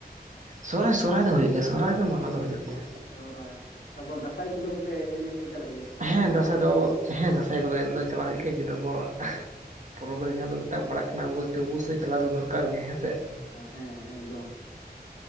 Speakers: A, on the right; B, on the left.
A: ᱥᱚᱨᱦᱟᱭ ᱥᱚᱨᱦᱟᱭ ᱫᱚ ᱦᱩᱭᱩᱜ ᱜᱮᱭᱟ᱾ ᱥᱚᱨᱷᱟᱭ ᱫᱚ ᱢᱟᱱᱟᱣ ᱫᱚ ᱦᱩᱭᱩᱜ ᱜᱮᱭᱟ᱾
B: ᱥᱚᱦᱚᱨᱟᱭ ᱛᱟᱨᱯᱚᱨᱮ ᱫᱟᱸᱥᱟᱭ ᱠᱚᱫᱚᱯᱮ ᱮᱱᱮᱡ ᱯᱮ ᱪᱟᱞᱟᱜ ᱜᱮᱭᱟ ᱥᱮ ᱵᱟᱝ
A: ᱦᱮᱸ
B: ᱫᱟᱸᱥᱟᱭ ᱮᱱᱮᱡ?
A: ᱫᱚ ᱦᱮᱸ ᱫᱟᱸᱥᱟᱭ ᱠᱚᱫᱚ ᱮᱱᱮᱡ ᱫᱚ ᱪᱟᱞᱟᱜ ᱦᱩᱭᱩᱜ ᱜᱮᱭᱟ <unintelligible> ᱯᱚᱨᱚᱵᱽ ᱨᱮ ᱡᱟᱦᱟᱸ ᱫᱚ ᱯᱟᱲᱟᱜ ᱠᱟᱱᱟ <unintelligible> ᱥᱮᱫ ᱪᱟᱞᱟᱣ ᱫᱚᱨᱠᱟᱨ ᱜᱮ ᱦᱮᱸ ᱥᱮ
B: ᱦᱮᱸ ᱮᱠᱫᱚᱢ